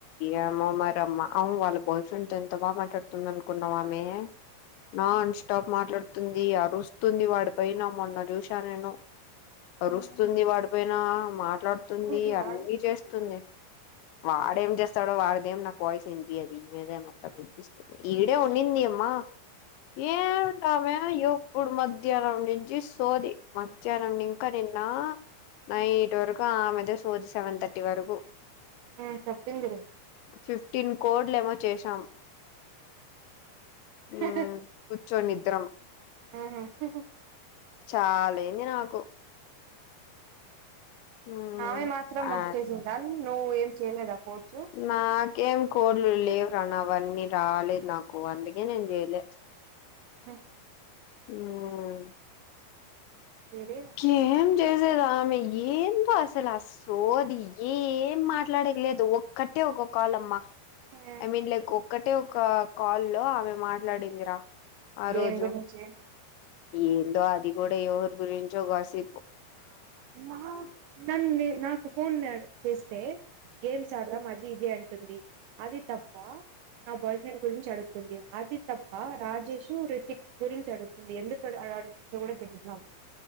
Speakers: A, on the left; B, on the right.
A: ఏమో మారమ్మ అవు వాళ్ళ బాయ్ ఫ్రెండ్తో ఎంత బాగా మాట్లాడుతుంది అనుకున్నాం ఆమె నా అన్స్టాప్ మాట్లాడుతుంది అరుస్తుంది వాడ్ పైన మొన్న చూసా నేను ఆరుస్తుంది వాడి పైన మాట్లాడు తుంది
B: ఇది వాడు
A: అన్నీ చేస్తుంది వాడేం చేస్తాడో వాడ్దేం నాకు వాయిస్ వినిపిలే మీదే మొత్తం విన్పిస్తంది ఈడే ఉండిందమ్మా ఏంటామే ఎప్పుడు మధ్యాహ్నం నుంచి సోది మధ్యాహ్నం ఇంకా నిన్న నైట్ వరకు ఆమెతో సోది సెవెన్ థర్టీ వరకు
B: ఆ చెప్పిందిలే
A: ఫిఫ్టీన్ కోడ్లు ఏమో చేశాం మ్మ్
B: ఆ
A: కూర్చొని ఇద్దరం
B: హహ హ
A: చాలయింది నాకు మ్మ్
B: ఆమె మాత్రం మక్
A: ఆ
B: చేసింద నువ్వు ఏం చేయలేదా కోర్చు
A: నాకేం కోళ్లు లేవ్రా నావన్నీ రాలేదు నాకు అందుకే నేను చెయ్లే
B: ఆ
A: ఇంకేం
B: ఏరి
A: ఏం చేసేదామి ఏం అసలు సోది ఏ మా మాట్లాడేక్లేదు ఒక్కటే ఒక కాలమ్మా
B: ఆ
A: ఐ మీన్ లైక్ ఒక్కటే ఒక కాల్ల్లో ఆమె మాట్లాడిందిరా ఆ
B: దేని
A: రోజు
B: గురించి
A: ఏందో అది కూడా ఎవరి గురించి చో కాసేపు
B: ఆ నాన్ని నాకు ఫోన్ గాని చేస్తే గేమ్స్ ఆడ్దాం అది ఇది అంటుంది అది తప్ప నా బాయ్ ఫ్రెండ్ గురించి అడుగుతుంది అది తప్ప రాజేష్ తు రితిక్ గురించి అడుతుంది ఎందుకుఆలా అడ్గుతుందో కూడా తెలీదు నాకు